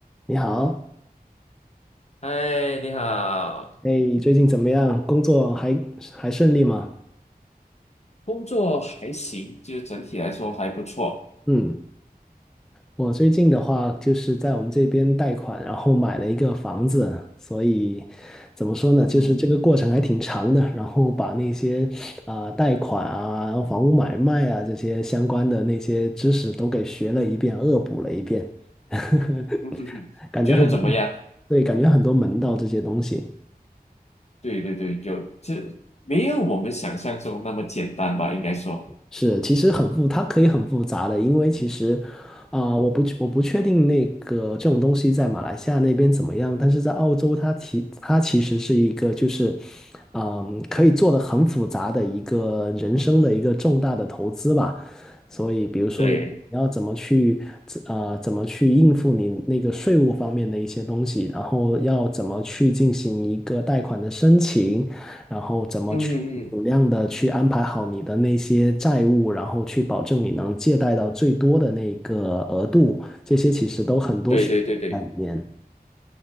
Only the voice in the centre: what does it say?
你好，
哎，最近怎么样？工作还还顺利吗？
嗯，我最近的话就是在我们这边贷款，然后买了一个房子，所以怎么说呢，
就是这个过程还挺长的，然后把那些啊、贷款啊，然后房屋买卖啊这些相关的那些知识都给学了一遍，恶补了一遍，<laughs>
感觉很多，
对，感觉很多门道这些东西。
是，其实很复，它可以很复杂的，因为其实，啊、我不我不确定那个这种东西在马来西亚那边怎么样，但是在澳洲它其它其实是一个就是，嗯，可以做的很复杂的一个人生的一个重大的投资吧，所以比如说你你要怎么去，
啊，怎么去应付你那个税务方面的一些东西，然后要怎么去进行一个贷款的申请。然后怎么去尽量的去安排好你的那些债务，
然后去保证你能借贷到最多的那个额度，这些其实都很多学问在里面。